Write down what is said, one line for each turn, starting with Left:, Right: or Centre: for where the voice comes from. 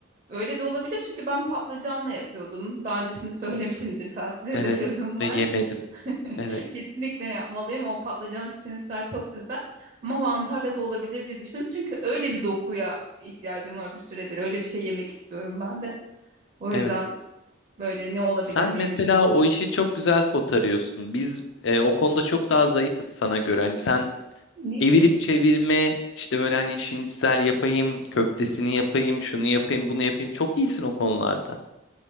Right: öyle de olabilir çünkü ben patlıcanla yapıyordum. Daha öncesinde <laughs> söylemişimdir.
Left: Of.
Right: Sağ size
Left: Evet
Right: de sözüm var.
Left: ve yemedim.
Right: <laughs>
Left: Evet,
Right: Kesinlikle yapmalıyım. O patlıcan şinitsel çok güzel. Ama mantarla da olabilir diye düşündüm. Çünkü öyle bir dokuya ihtiyacım var bir süredir. Öyle bir şey yemek istiyorum ben de. O
Left: evet.
Right: yüzden böyle ne olabilir
Left: Sen
Right: diye
Left: mesela
Right: düşündüm.
Left: o işi çok güzel kotarıyorsun. Biz e, o konuda çok daha zayıfız sana göre. Hani sen
Right: Ne
Left: evirip
Right: ki?
Left: çevirme işte böyle hani şinitsel yapayım, köftesini yapayım, şunu yapayım, bunu yapayım. Çok iyisin o konularda.